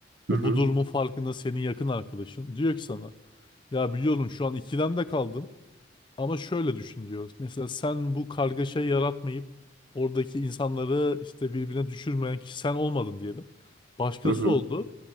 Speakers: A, on the left; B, on the right.
A: O
B: Hı hı.
A: bu durumun farkında senin yakın arkadaşın. Diyor ki sana ya biliyorum şu an ikilemde kaldın ama şöyle düşün diyor. Mesela sen bu kargaşayı yaratmayıp oradaki insanları işte birbirine düşürmeyen kişi sen olmadın diyelim. Başkası
B: Hı hı.
A: oldu.